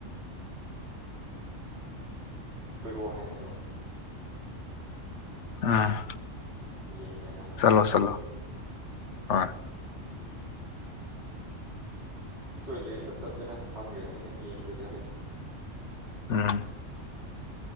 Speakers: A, on the right; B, on the left.
A: ꯀꯣꯏꯔꯛꯑꯣ ꯍꯥꯏꯅꯦ ꯑꯈꯣꯏꯕ꯭ꯔꯣ
B: ꯎꯝ
A: ꯌꯦꯡꯒꯦꯅ ꯍꯥꯏꯒꯤꯝ
B: ꯆꯠꯂꯣ ꯆꯠꯂꯣ ꯍꯣꯏ
A: ꯁꯣꯏꯗ꯭ꯔꯦ ꯆꯠꯇꯕꯁꯨꯅ ꯈꯪꯗ꯭ꯔꯦꯗ ꯑꯩꯅ ꯌꯦꯡꯒꯦꯗꯤ ꯍꯥꯏꯒꯤꯝ
B: ꯎꯝ